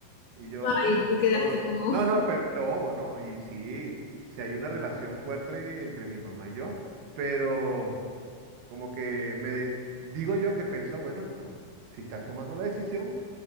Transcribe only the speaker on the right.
Y yo, ah,
eh,
no, no, pero ojo, no, y sí, sí hay una relación fuerte entre mi mamá y yo, pero... Como que me digo yo que pensó, bueno, pero si estás tomando la decisión,